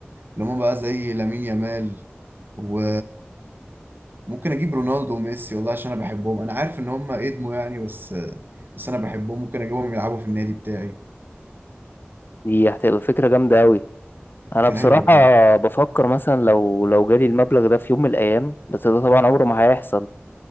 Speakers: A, on the right; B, on the left.
A: اللي هم بقى زي لامين يامال و- وممكن اجيب رونالدو وميسي والله عشان انا بحبهم انا عارف ان هم ادموا يعني بس بس انا بحبهم ممكن اجيبهم يلعبوا في النادي بتاعي
B: دي هتبقى فكرة جامدة قوي انا
A: <laughs>
B: بصراحة
A: ايوه
B: بفكر مثلا لو لو جالي المبلغ ده في يوم من الايام بس ده طبعا عمره ما هيحصل